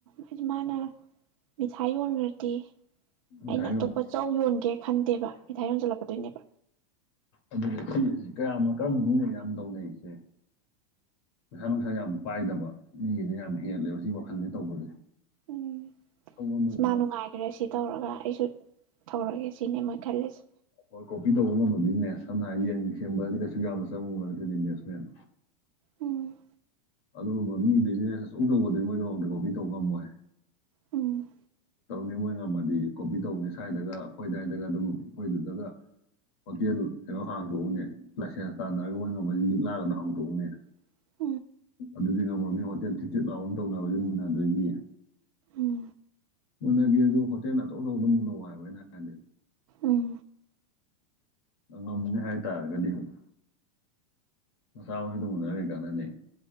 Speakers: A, on the right; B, on the left.
A: ꯍꯥꯏꯗꯤ ꯃꯥꯅ ꯃꯤꯊꯥꯏ ꯌꯣꯟꯒ꯭ꯔꯗꯤ
B: ꯉꯁꯥꯏꯒꯤ
A: ꯑꯩꯅ ꯑꯇꯣꯞꯄ ꯆꯧ ꯌꯣꯟꯒꯦ ꯈꯟ ꯗꯦꯕ ꯃꯤꯊꯥꯏ ꯌꯣꯟꯖꯜꯂꯛꯀꯗꯣꯏꯅꯦꯕ
B: ꯑꯗꯨꯅꯦ ꯁꯤ ꯀꯌꯥꯝ ꯀꯔꯝꯕ ꯃꯤꯡꯅ ꯌꯥꯝꯌꯥꯝ ꯇꯧꯅꯩꯁꯦ ꯄꯩꯁꯥ ꯅꯨꯡꯁꯥ ꯌꯥꯝ ꯄꯥꯏꯗꯕ ꯃꯤꯒꯤꯗꯤ ꯌꯥꯝ ꯍꯦꯜꯂꯦꯕ ꯁꯤ ꯋꯥꯈꯜꯖꯤ ꯇꯧꯕꯁꯦ
A: ꯎꯝ
B: ꯇꯧ ꯉꯝꯃꯣꯏꯗꯕ
A: ꯃꯥ ꯅꯨꯡꯉꯥꯏꯈ꯭ꯔꯦ ꯁꯤ ꯇꯧꯔꯒ ꯑꯩꯁꯨ ꯇꯧꯔꯒꯦ ꯁꯤꯅꯤ ꯃꯈꯜꯂꯤꯁꯤ
B: ꯍꯣꯏ ꯀꯣꯄꯤ ꯇꯧꯕ ꯉꯝꯕꯗꯨꯖꯤꯅꯦ ꯁꯝꯅ ꯍꯥꯏ ꯌꯦꯡ ꯁꯦꯝꯕꯗꯤ ꯀꯩꯁꯨ ꯌꯥꯝꯅ ꯆꯪꯕ ꯅꯠꯇꯦꯗꯤ ꯏꯟꯚꯦꯁꯃꯦꯟ
A: ꯑꯝ
B: ꯑꯗꯨꯒꯨꯝꯕ ꯃꯤ ꯕꯤꯖꯤꯅꯦꯁ ꯑꯆꯧ ꯑꯆꯧꯕꯗꯨꯗꯤ ꯃꯣꯏꯒꯤ ꯃꯔꯗ ꯀꯣꯄꯤ ꯇꯧꯕ ꯉꯝꯃꯣꯏ
A: ꯎꯝ
B: ꯇꯧꯅꯤ ꯃꯣꯏ ꯉꯝꯃꯗꯤ ꯀꯣꯄꯤ ꯇꯧꯅꯤ ꯁ꯭ꯋꯥꯏꯗꯒ ꯑꯩꯈꯣꯏ ꯑꯗꯨꯋꯥꯏꯗꯒ ꯑꯗꯨꯝ ꯑꯩꯈꯣꯏꯗꯨꯗꯒ ꯍꯣꯇꯦꯜ ꯀꯩꯅꯣ ꯍꯥꯡꯇꯣꯛꯎꯅꯦ ꯂꯥꯏꯁꯦꯟꯁ ꯇꯥꯟꯅꯔꯒ ꯃꯣꯏꯅ ꯉꯝꯃꯗꯤ ꯂꯤꯛꯂꯥꯒ ꯍꯥꯡꯇꯎꯅꯦ
A: <inaudible>
B: ꯑꯗꯨꯗꯤ ꯉꯝꯃ‌ꯣꯏ ꯃꯤ ꯍꯣꯇꯦꯜ ꯊꯤꯠ ꯊꯤꯠ ꯂꯥꯎꯕ ꯑꯃꯥ ꯇꯧꯅꯕꯒꯤ ꯃꯨꯟꯅꯗꯣꯏꯒꯤ
A: ꯎꯝ
B: ꯃꯨꯟꯅꯒꯦ ꯑꯗꯨ ꯍꯣꯇꯦꯜ ꯑꯆꯧ ꯑꯆꯧꯕ ꯑꯗꯨꯝ ꯃꯨꯟꯅ‌ꯎ ꯍꯥꯏꯕ ꯑꯩꯅ ꯍꯥꯏꯗꯤ
A: ꯎꯝ
B: ꯉꯝꯅꯦ ꯍꯥꯏꯇꯥꯔꯒꯗꯤ ꯑꯃꯨꯛ ꯃꯆꯥ ꯃꯁꯨꯗꯨ ꯃꯨꯟꯅꯔꯥꯒ ꯀꯩ ꯀꯟꯅꯥꯅꯤ